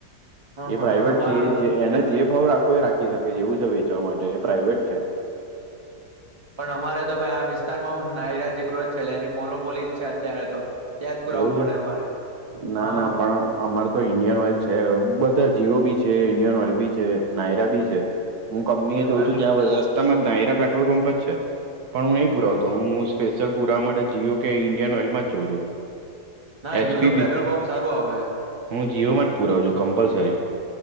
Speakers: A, on the right; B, on the right.
A: હ
B: એ
A: હ
B: પ્રાઈવેટ
A: પણ અમારે
B: છે એ જે એને જે ભાવ રાખવો એ રાખી શકે જેવું છે વેચવા માટે એ પ્રાઇવેટ છે.
A: પણ અમારે તો ભાઈ આ વિસ્તારમાં પણ નાઈરા એકલો જ છે એની મોનોબોલી જ છે. અત્યારે તો ત્યાં જ પુરાવું
B: એવું
A: પડે
B: છે?
A: અમારે
B: ના
A: હા
B: ના, પણ અમારે તો ઈન્ડિયન ઓઇલ છે, બધા જીઓ બી છે, ઈન્ડિયન ઓઇલ બી છે, નાયરા બી છે. હું કંપની
A: એવું
B: એ જોઉં
A: એમ
B: છું, ત્યાં રસ્તામાં જ નાયરા પેટ્રોલ પંપ જ છે. પણ હું નહીં પુરાવતો.
A: હા હા.
B: હું સ્પેશિલ પુરાવા માટે જીઓ કે ઈન્ડિયન ઓઈલમાં જ જોઉં છું.
A: ના
B: એચપી
A: જીઓનું
B: બી
A: પેટ્રોલ પંપ સારું આવે છે.
B: હું જીઓમાં જ પુરાવું છું, કમ્પલસરી.